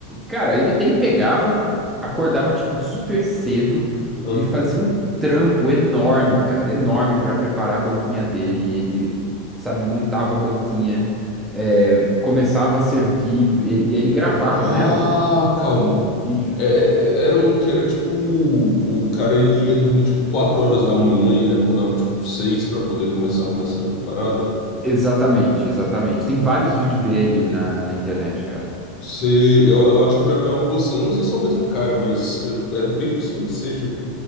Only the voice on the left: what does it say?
Aham.
Ah,
calma.
É, é, é, era um que era tipo. O cara ele ia dormir tipo 4 horas da manhã e ele acordava tipo 6 pra poder começar a arrumar essa parada.
Sei, eu, eu acho que eu já vi algo assim. Eu não sei se é o mesmo cara, mas é, é bem possível que seja.